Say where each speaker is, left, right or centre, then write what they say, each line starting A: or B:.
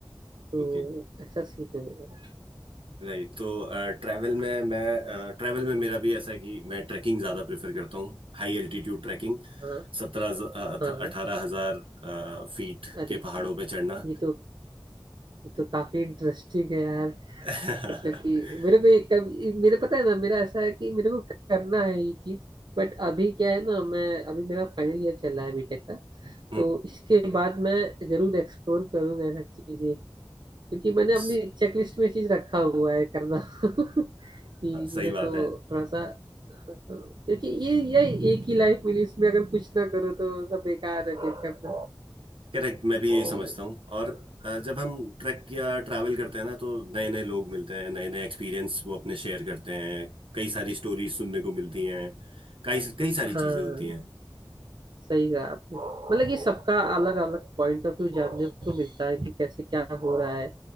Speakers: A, on the right (about 60°); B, on the right (about 80°).
A: तो
B: ओके
A: ऐसा सीन है मेरा
B: राइट तो ट्रैवल में मैं ट्रैवल में मेरा भी ऐसा है कि मैं ट्रैकिंग ज़्यादा प्रेफर करता हूँ High altitude trekking
A: हाँ
B: सत्रह
A: हाँ
B: अठारह हजार फीट
A: अरे
B: के पहाड़ों पे चढ़ना
A: ये तो ये तो काफी इंटरेस्टिंग है यार
B: <laughs>
A: मतलब कि मेरे को ये कभी मेरे पता है ना मेरा ऐसा है कि मेरे को करना है ये चीज बट अभी क्या है ना मैं अभी मेरा फाइनल ईयर चल रहा है बीटेक का
B: हम्म
A: तो इसके बाद मैं जरूर एक्सप्लोर करूंगा ये सब चीजें क्योंकि मैंने
B: हाँ
A: अपनी चेकलिस्ट में चीज रखा हुआ है करना <laughs> कि
B: सही
A: मेरे
B: बात
A: को
B: है
A: थोड़ा सा क्योंकि ये ये एक ही लाइफ मिली इसमें अगर कुछ ना करो तो सब बेकार है फिर करना
B: करेक्ट मैं भी यही
A: जी
B: समझता हूँ और अ, जब हम ट्रैक या ट्रैवल करते हैं ना तो नए नए लोग मिलते हैं नए नए एक्सपीरियंस वो अपने शेयर करते हैं कई सारी स्टोरीज सुनने को मिलती हैं कई कई सारी
A: हाँ
B: चीजें होती हैं
A: सही कहा आपने मतलब कि सबका अलग अलग पॉइंट ऑफ व्यू जानने को मिलता है कि कैसे क्या हो रहा है